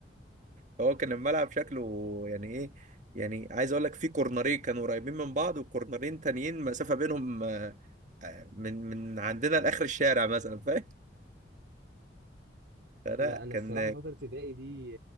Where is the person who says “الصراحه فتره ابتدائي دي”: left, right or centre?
Right